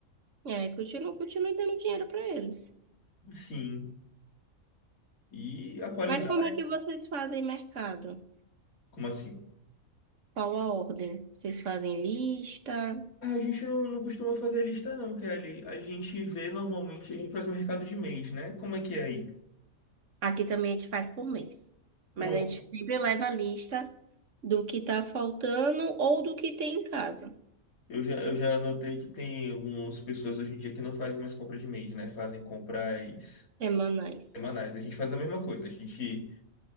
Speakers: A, on the right; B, on the left.
A: É, continua, continua dando dinheiro para eles.
B: Sim. E a qualidade,
A: Mas como é que vocês fazem mercado?
B: como assim?
A: Qual a ordem? Vocês fazem lista?
B: Ah, A gente não, não costuma fazer lista não, Kelly. A gente vê normalmente, a gente faz mercado de mês, né? Como é que é aí?
A: Aqui também a gente faz por mês. Mas
B: Pronto.
A: a gente sempre leva a lista do que tá faltando ou do que tem em casa,
B: Eu já, eu já notei que tem algumas pessoas hoje em dia que não fazem mais compra de mês, né? Fazem compras
A: semanais,
B: semanais. A gente faz a mesma coisa. A gente